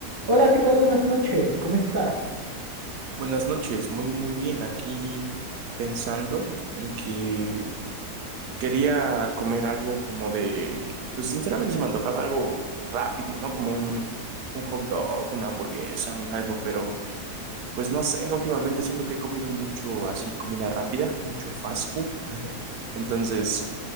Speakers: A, on the right; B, on the right.
A: Hola, ¿qué tal? Buenas noches, ¿cómo estás?
B: Buenas noches, muy muy bien. Aquí pensando en que quería comer algo como de, pues sinceramente se me antojaba algo rápido, ¿no? Como un, un hot dog, una hamburguesa, un algo, pero pues no sé, últimamente siento que he comido mucho así, comida rápida, mucho fast food. Entonces,